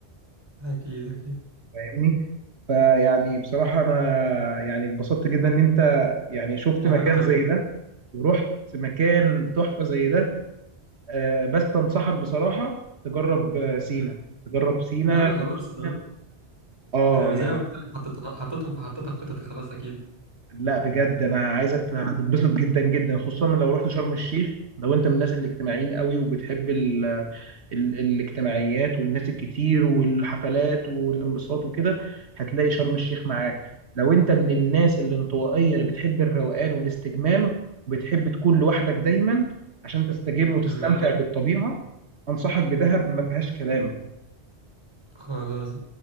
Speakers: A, on the right (about 20°); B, on the right (about 70°).
A: اكيد اكيد
B: فاهمني فيعني بصراحه انا يعني اتبسطت جدا ان انت يعني شفت
A: انا
B: مكان
A: اكتر
B: زي ده ورحت مكان تحفه زي ده آه، بس انصحك بصراحه تجرب آه، سينا
A: مم.
B: تجرب سينا
A: لا انا
B: جنوب
A: خلاص
B: سينا
A: زمان
B: اه
A: انا زي
B: يعني
A: ما قلت لك حطيتها حطيتهم في حطيتها في خطتي خلاص اكيد
B: لا بجد انا عايزك ت- هتتبسط جدا جدا خصوصا لو رحت شرم الشيخ لو انت من الناس الاجتماعيين قوي وبتحب ال ال الاجتماعيات والناس الكتير والحفلات والانبساط وكده هتلاقي شرم الشيخ معاك لو انت من الناس الانطوائيه اللي بتحب الروقان والاستجمام وبتحب تكون لوحدك دايما عشان تستجم وتستمتع
A: مم.
B: بالطبيعه انصحك بدهب ما فيهاش كلام
A: خلاص